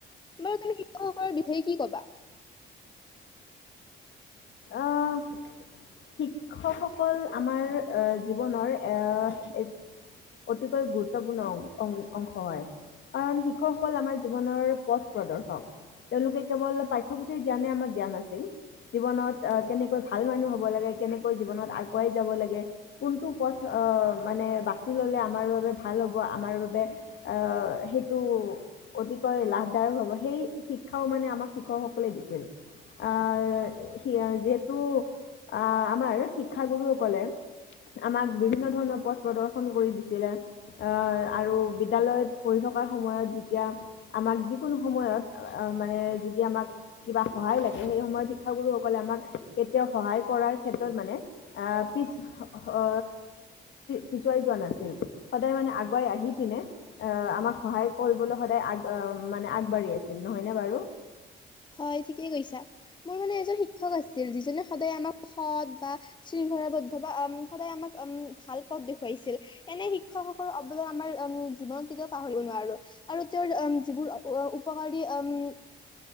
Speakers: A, on the left; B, on the left.
A: বাৰু তুমি শিক্ষকসকলৰ বিষয়ে। কি ক'বা।
B: আহ শিক্ষকসকল আমাৰ এ জীৱনৰ এ অতিকৈ গুৰুত্বপূৰ্ণ অংশ হয়, কাৰণ শিক্ষকসকল আমাৰ জীৱনৰ পথ প্ৰদৰ্শক। তেওঁলোকে কেৱল পাঠ্যপুথিৰ জ্ঞানে আমাক জ্ঞান নাছিল জীৱনত। আহ কেনেকৈ ভাল মানুহ হ'ব লাগে, কেনেকৈ জীৱনত আগুৱাই যাব লাগে, কোনটো পথ আহ মানে বাচি ললে আমাৰ বাবে ভাল হ'ব আমাৰ বাবে আহ সেইটো অতিকৈ লাভদায়ক হ'ব সেই। শিক্ষাও মানে আমাক শিক্ষকসকলে দিছিল আ'-। যিহেতু আহ আমাৰ শিক্ষাগুৰুসকলে। আমাক বিভিন্ন ধৰণৰ পথ প্ৰদৰ্শন কৰি দিছিলে আৰু বিদ্যালয়ত পঢ়ি থকাৰ সময়ত যেতিয়া। আমাক যিকোনো সময়ত মানে যদি আমাক কিবা সহায় লাগে সেই সময়ত শিক্ষাগুৰু। লে আমাক কেতিয়াও সহায় কৰাৰ ক্ষেত্ৰত মানে আহ পিছ উ পিছুৱাই যোৱা নাছিল সদায় মানে আগুৱাই আহি পিনে। আহ আমাক সহায় কৰিবলৈ সদায় আগ মানে আগ। বাঢ়ি আছিল নহয়নে বাৰু।
A: হয় ঠিকেই কৈছা। মোৰ মানে এজন শিক্ষক আছিল যিজনে। সদায় আমাক সৎ বা শৃংখলাবদ্ধ বা সদায় আমাক উম ভাল পদ দেখুৱাইছিল। এনে শিক্ষকসকলৰ অৱদান আমাৰ উম জীৱনত কেতিয়াও পাহৰিব নোৱাৰো আৰু তেওঁৰ উম যিবোৰ উপকাৰী উম'।